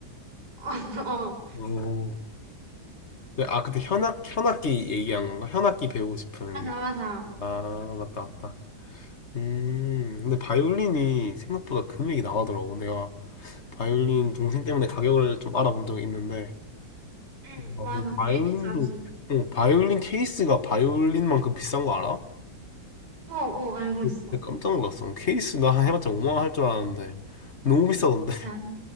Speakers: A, on the right; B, on the left.
A: <laughs> 어, 어.
B: 오. 네, 아, 그때 현악 현악기 얘기한 건가? 현악기 배우고 싶은.
A: 맞아, 맞아.
B: 아, 맞다, 맞다. 음, 근데 바이올린이 생각보다 금액이 나가더라고. 내가 바이올린 동생 때문에 가격을 좀 알아본 적이 있는데
A: 응,
B: 아,
A: 맞아.
B: 무슨 바이올린도
A: 꽤 비싸지.
B: 어, 바이올린 케이스가 바이올린만큼 비싼 거 알아?
A: 어, 어, 알고
B: 진짜
A: 있어.
B: 깜짝 놀랐어. 케이스 나 해봤자 5만 원 할 줄 알았는데 너무 비싸던데. <laughs>
A: 맞아,